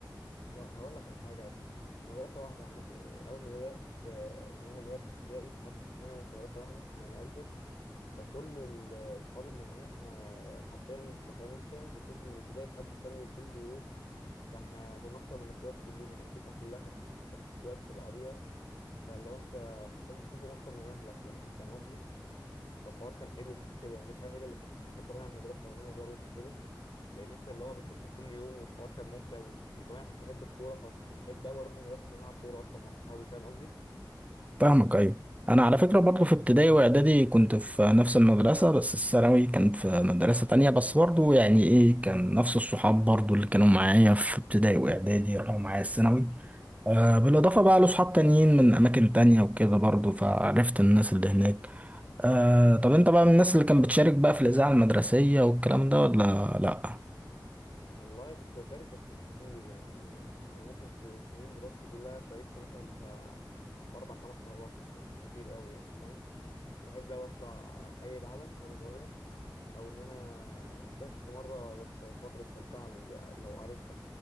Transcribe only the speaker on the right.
فاهمك ايوه انا على فكره برضه في ابتدائي واعدادي كنت في نفس المدرسه بس الثانوي كان في مدرسه تانية بس برضه يعني ايه كان نفس الصحاب برضه اللي كانوا معايا في ابتدائي واعدادي راحوا معايا الثانوي آه بالاضافه
بقى لصحاب تانيين من اماكن تانية وكده برضه فعرفت الناس اللي هناك آه طب انت بقى من الناس اللي كانت بتشارك بقى في الاذاعه المدرسيه والكلام ده ولا لا